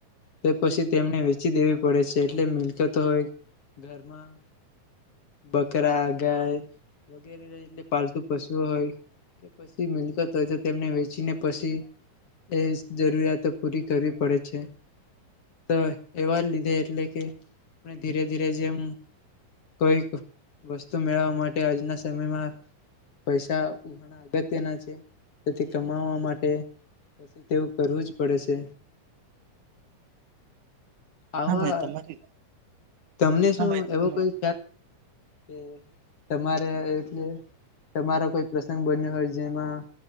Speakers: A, on the left; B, on the right.
A: તે પછી તેમને વેચી દેવી પડે છે એટલે મિલકત હોય, ઘરમાં. બકરા ગાય વગેરે એ પાલતુ પશુ હોય, કે પછી મિલકત હોય તો તેમને વેચીને પછી, એ જરૂરિયાતો પૂરી કરવી પડે છે, તો એવા લીધે એટલે કે ધીરે ધીરે જેમ કોઈક વસ્તુ મેળવવા માટે આજના સમયમાં પૈસા ઘણા અગત્યના છે, તેથી કમાવા માટે પછી તેવું કરવું જ પડે છે. આવા
B: હા ભાઈ તમારી
A: તમને
B: હા
A: શું
B: ભાઈ
A: એવો
B: તમે
A: કોઈ કે તમારે એલે તમારો કોઈ પ્રસંગ બન્યો હોય જેમાં